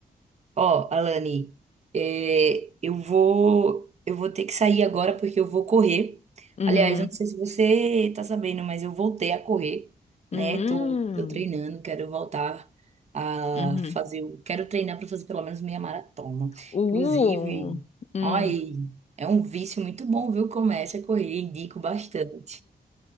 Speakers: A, on the right; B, on the left.
A: Ó, Alane, é, eu vou, eu vou ter que sair agora porque eu vou correr.
B: Uhum.
A: Aliás, eu não sei se você tá sabendo, mas eu voltei a correr,
B: Hum,
A: né? Tô, tô treinando, quero voltar a
B: uhum.
A: fazer, o- quero treinar para fazer pelo menos meia maratona.
B: Uh,
A: Inclusive,
B: hum,
A: olha aí, é um vício muito bom, viu? Comece a correr, indico bastante,